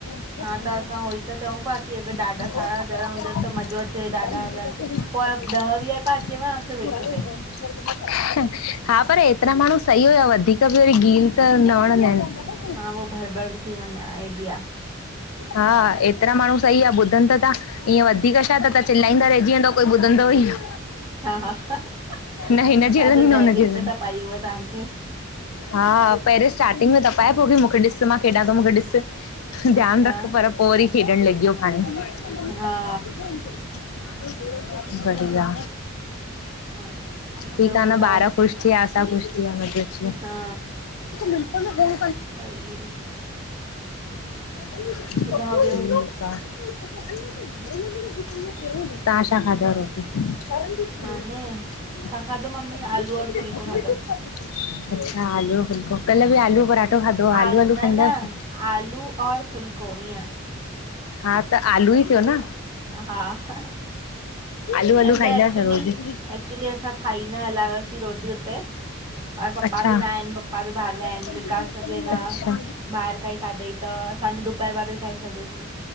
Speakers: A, on the left; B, on the right.
A: उ
B: हा त असां उहो
A: कपड़ा
B: ई त चऊं पिया की अगरि
A: पया
B: ॾाढा सारा
A: हुआ
B: ॼणा हुजनि त मज़ो अचे
A: <unintelligible>
B: ॾाढा हलनि पोइ ॾह वीह पिया अचेव सिर्फ़ु हिक ते
A: हा पर एतिरा माण्हू सही हुयव वधीक बि वरी गील कर न वणंदा आहिन।
B: हा उहो भर बड बि थी वञे आ हे बि आ।
A: हा एतिरा माण्हू सही आ ॿुधनि त ता इय वधिक छा त त चिल्लाईंदा रहिजी वेंदव कोई ॿुधंदो ई न।
B: हा हा
A: न हिनजी
B: तव्हांजो
A: हलंदी न
B: दैविक
A: हुनजी हलंदी
B: में त पाई हूअ तव्हांखे
A: हा पहरे स्टार्टिंग में तपाए पो की मूंखे ॾिस मां खेॾा तो मूंखे ॾिस
B: अच्छा
A: ध्यानु रख पर पो वरी खेॾणु लॻीयो पाणे।
B: हा
A: <unintelligible>
B: सही
A: बढिया,
B: आहे हा ॿियो
A: ठीक आ न
B: ॿुधायो
A: ॿार ख़ुश थीआ आसा ख़ुश थीआ मज़ो अची
B: हा
A: वयो।
B: भई <inaudible>
A: ठीकु
B: ॿुधायो ॿियो
A: आ। तां शा खाधव रोटी? <unintelligible>
B: माने छा खाधो मम्मी आलू और फुल्को खाधो
A: अच्छा, आलूअ जो फुलको कल्ह बि आलू पराठो खाधो हो,
B: आल
A: आलू आलू
B: न
A: खाईंदा
B: न
A: आहियो छा?
B: आलू और फुलको इअं
A: हा, त आलू ई थियो न!
B: हा
A: आलू
B: हिनमहिल
A: आलू खाईंदां
B: एक्चुली
A: छा रोजु
B: एक्चुली असां ठाही न हलायोसीं रोटी हुते और पपा
A: अच्छा
B: बि न आहिनि पपा बि ॿाहिर
A: अच्छा
B: विया आहिनि, विकास ने बि न ॿाहिरि काई खाधईं त असां ॿाहिर वारो खाई छॾो।